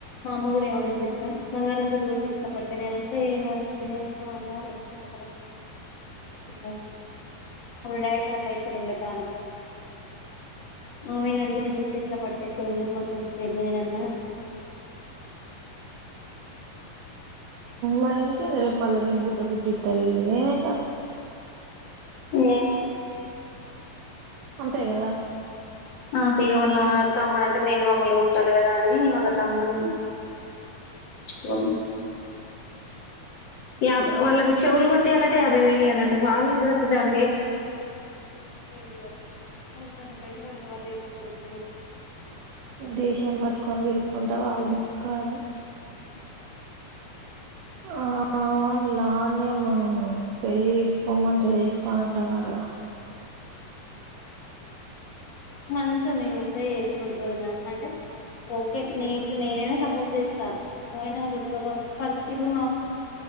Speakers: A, on the left; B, on the right.
A: మా అమ్మ కూడా ఏమైన్నా తెలుసా బంగారంతోటి ఇస్తా పట్టేమేనంటే ఏం అవసం లేదు మా అమ్మ వాళ్ళుట్టిస్త ుకుంటా మా డాడీ కడ పైసలు ఉండా బానే మమ్మీ ని అడిగి నేను కుట్టిస్త <unintelligible>
B: మరి ఇంకేంది రేపు మళ్ళా నీకు పుడితే కుట్టి ఇస్తారు ఇల్లు ఏమైతది
A: ఆ
B: అంతే కదా
A: నాకి వాళ్ళ తమ్ముడు అంటే మేన మామ వాళ్ళు కుట్టాల కదా అని వాళ్ళ తమ్ముడు <unintelligible> యా వాళ్ళకి చెవులు కుట్టియాలంటే యాభై వేలు ఇయాలంట వాళ్ళు <unintelligible> దనికి ఏం రెంట్లు కట్ట వాళ్ళు దాన్ని పైసలు పెడితే వాళ్ళు <unintelligible> చెప్స్తారు
B: దేశాలు పట్టుకొని తిరుక్కుంటా వాళ్ళు బతుకుతారు ఆ అవున్ లాన్ మనం పెళ్లి చేసుకోమంటే చేసుకోను అంటున్నారుగా
A: మంచోన్నీ చూస్తే చేసుకుంటరు వదిన అంటే ఓకే నేను ఇప్పు నేనైనా సపోర్ట్ చేస్తా <unintelligible> ఇప్పుడు